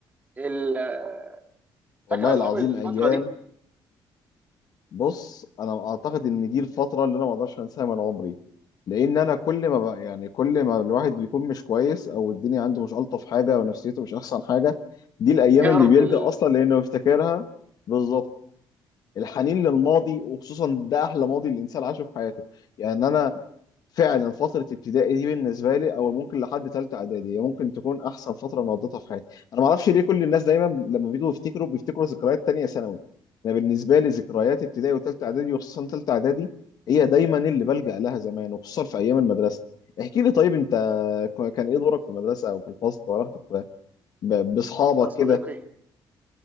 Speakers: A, on the right; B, on the left.
A: ال- آه،
B: والله
A: فاكر يا صاحبي
B: العظيم
A: الفتره
B: ايام
A: دي
B: بص انا اعتقد ان دي الفتره اللي انا ما اقدرش انساها من عمري لان انا كل ما بقى يعني كل ما الواحد بيكون مش كويس او الدنيا عنده مش الطف حاجه ونفسيته مش احسن حاجه دي الايام
A: بيهرب
B: اللي بيلجأ
A: لل
B: اصلا لانه يفتكرها بالظبط الحنين للماضي وخصوصا ده احلى ماضي الانسان عاشه في حياته يعني انا فعلا فتره ابتدائي دي بالنسبه لي او ممكن لحد ثالثه اعدادي هي ممكن تكون احسن فتره انا قضيتها في حياتي انا ما اعرفش ليه كل الناس دايما لما بيجوا يفتكروا بيفتكروا ذكريات تانية ثانوي انا بالنسبه لي ذكريات ابتدائي وثالثه اعدادي وخصوصا ثالثه اعدادي هي دايما اللي بلجأ لها زمان وخصوصا في ايام المدرسه احكي لي طيب انت ك- كان ايه دورك في المدرسه او في الفصل وعلاقتك ب- ب- باصحابك
A: بص يا صديقي
B: كده